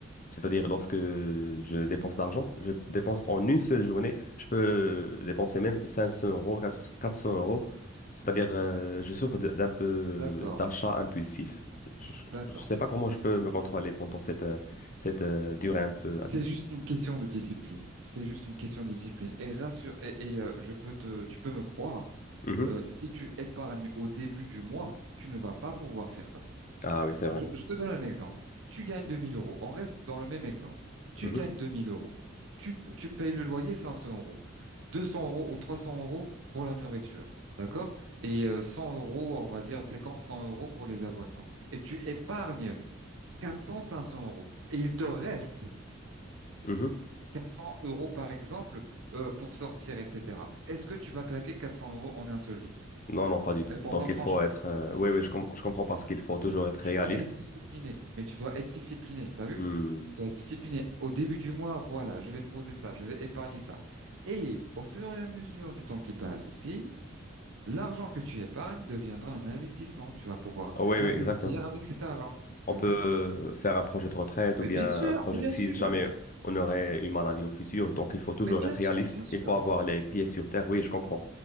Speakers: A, on the left; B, on the right.
A: C'est-à-dire, lorsque je dépense d'argent, je dépense en une seule journée, je peux dépenser même 500 euros, 400 euros. C'est-à-dire, euh, je souffre de- d'un peu
B: D'accord,
A: d'achat impulsif. Je
B: d'accord.
A: ne sais pas comment je peux me contrôler pendant cette, euh, cette euh, durée un peu
B: C'est
A: impulsive.
B: juste une question de discipline. C'est juste une question de discipline. Et rassure, et, et, euh, je peux te, tu peux me croire,
A: Mhm.
B: euh, si tu épargnes au début du mois, tu ne vas pas pouvoir faire ça.
A: Ah oui, c'est vrai.
B: Je, je te donne un exemple. Tu gagnes 2000 euros. On reste dans le même exemple. Tu
A: Mhm.
B: gagnes 2000 euros. Tu, tu payes le loyer 500 euros. 200 euros ou 300 euros pour la nourriture. D'accord? Et euh, 100 euros, on va dire 50, 100 euros pour les abonnements. Et tu épargnes 400, 500 euros. Et il te reste
A: Mhm.
B: 400 euros, par exemple, euh, pour sortir, etc. Est-ce que tu vas claquer 400 euros en un seul jour?
A: Non, non, pas du tout.
B: Mais pour
A: Donc,
B: moi, franchement,
A: il faut être. euh, Oui, oui, je, com- je comprends parce qu'il faut toujours
B: tu,
A: être réaliste.
B: tu dois être discipliné. Mais tu dois être discipliné. T'as vu?
A: Hmm.
B: Tu dois être discipliné. Au début du mois, voilà, je vais poser ça, je vais épargner ça. Et au fur et à mesure du temps qui passe aussi, L'argent que tu épargnes deviendra un investissement. Tu vas pouvoir
A: Ah oui,
B: investir
A: oui, exactement.
B: avec cet argent.
A: On
B: T'as
A: peut
B: vu?
A: euh, faire un projet de retraite ou
B: Mais
A: bien
B: bien sûr,
A: un projet
B: mais bien
A: si
B: sûr,
A: jamais on aurait une maladie au futur. Donc, il faut toujours
B: mais bien
A: être réaliste.
B: sûr, bien sûr.
A: Il faut avoir les pieds sur terre. Oui, je comprends.